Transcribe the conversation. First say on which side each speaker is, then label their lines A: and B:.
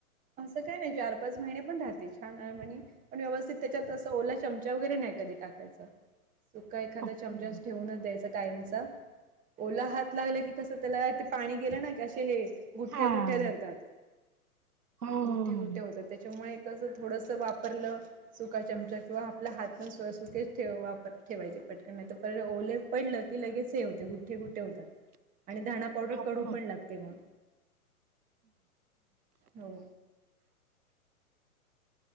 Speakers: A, on the right; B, on the right.
A: असं काय नाही चार पाच महिने पण राहते छान आणि म्ह पण व्यवस्थित त्याच्यात असं ओला चमचा वगैरे नाही कधी टाकायचं सुका एखादा्या
B: हम्म.
A: चमचा अस ठेवूनच द्यायचा कायमचा ओला हात लागला की कसं त्याला ते पाणी गेलं ना की असे हे गुठ्ठ्या
B: हा
A: गुठ्ठ्या धरतात
B: हो हो
A: गुठे
B: हो.
A: गुठे होतात त्याच्यामुळे असं थोडंस वापरलं सुका चमचा किंवा आपला हात पण स् सुके ठे ठेवायचे पटकन नाही तर पड ओले पडल लगेच हे होते गुेठे गेठे होतात आणि पाऊडर
B: आपण
A: कडू पण लागते मग हो